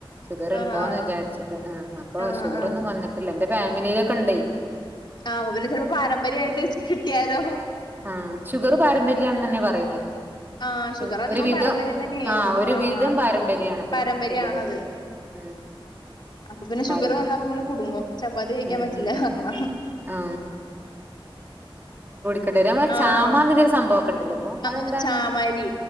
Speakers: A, on the right (about 20°); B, on the left (about 55°).
A: ഷുഗർണ്ടോ
B: ആഹ്
A: എന്ന് വിചാരിച്ചു ആ അപ്പൊ
B: ആഹ്
A: ഷുഗറ
B: ആഹ്
A: ഒന്നും വന്നിട്ടില്ല എന്റെ ഫാമിലിയിലൊക്കെ ഉണ്ട്
B: ആ പിന്നെ ചെലപ്പോ പാരമ്പര്യയിട്ട് കിട്ടിയാലോ
A: ആ ഷുഗർ പാരമ്പര്യഅണ്ന്നന്നെ പറയുന്ന
B: ആഹ്
A: ഷുഗ
B: ഷുഗർ അധികം
A: ഒരു വിധം
B: പാരമ്പര്യം തന്നെയാവും
A: ആ ഒരു
B: ആഹ്
A: വിധം പാരമ്പര്യമാണ് അത്ര
B: പാരമ്പര്യാണത്
A: ഷുഗർ ഉം
B: അപ്പൊ പിന്നെ ഷുഗർ
A: പാരം
B: വന്നാപ്പ നിങ്ങൾ കുടുങ്ങും ചപ്പാത്തി കഴിക്കാൻ
A: ഉം
B: പറ്റില്ല
A: ഉം
B: പറഞ്ഞ
A: ആ നമ്മെ
B: ആഹ്
A: ചാമരു സംഭവൊക്കെ ഉണ്ടല്ലോ ഇപ്പൊ
B: ആഹ്
A: അതെന്താ
B: ചാമരി